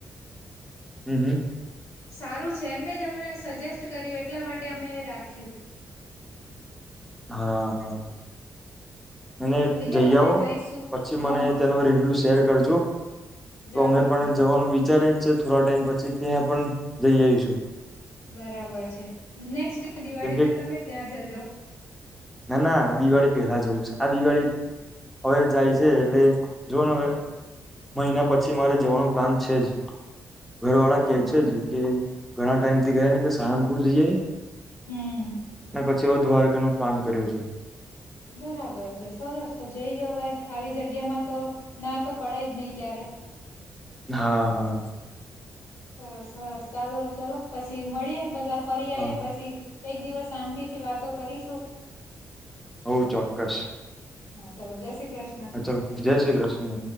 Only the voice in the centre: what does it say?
હમ્મ હમ્મ
હા, હા. અને
જઈ
આવો
પછી
મને તેનો રિવ્યુ શેર કરજો તો
અમે પણ જવાનું વિચારી જ છે, થોડા ટાઈમ પછી ત્યાં પણ જઈ આઈશું.
કેમ કે
ના ના દિવાળી પેલા જવું છે. આ દિવાળી હવે જાય છે, એટલે જોઓ હવે મહિના પછી મારે જવાનું પ્લાન છે, જ ઘરવાળા
કે
છે. જ કે ઘણા ટાઈમ થી ગયા ને એટલે સારંગપુર જયાઈ.
પછી ઓ દ્વારકાનો પ્લાન કર્યો છે.
હા હા
હા
હઉ ચોક્કસ
હા ચલો જય શ્રી કૃષ્ણ